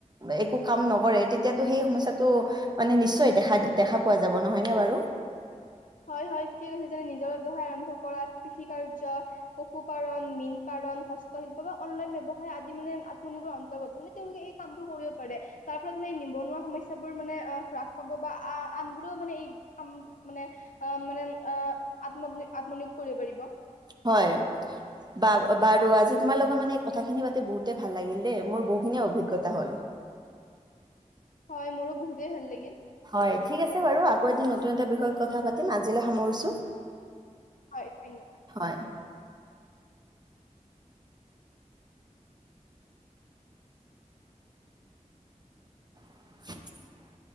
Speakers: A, on the right; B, on the left.
A: এই- কাম নকৰে তেতিয়াতো সেই সমস্যাটো মানে নিশ্চয় দেখা দেখা পোৱা যাব নহয় নে বাৰু?
B: হয় হয় ঠিকে কৈছে যেনে, নিজৰ ব্যৱসায় আৰম্ভ কৰা কৃষি কাৰ্য- পশুপালন, মীন পালন, হস- শিল্প বা অনলাইন ব্যৱসায় আজি মানে আতনিৰ্ভৰ অন্তৰ্গত, মানে তেওঁলোক এই কামবোৰ কৰি- তাৰ ফলত মানে নিবনুৱা সমস্যা বোৰ মানে অ হ্ৰাস পাব বা আহ আনবোৰো মানে এই- কাম মানে অঁ মানে অঁহ আত্মনিয়োগ আত্মনিয়োগ কৰিব পাৰিব।
A: হয়। বা বাৰু আজি তোমাৰ লগত মানে এই কথাখিনি পাতি বহুতে ভাল লাগিল দেই মোৰ বহুখিনি অভি্জ্ঞতা হ'ল।
B: হয়, মোৰো বহুতেই ভাল লাগিল।
A: হয় ঠিক আছে বাৰু, আকৌ এদিন নতুন এটা বিষয়ত কথা পাতিম আজিলৈ সামৰিছো।
B: হয়, ধন্যবাদ।
A: হয়। <inaudible>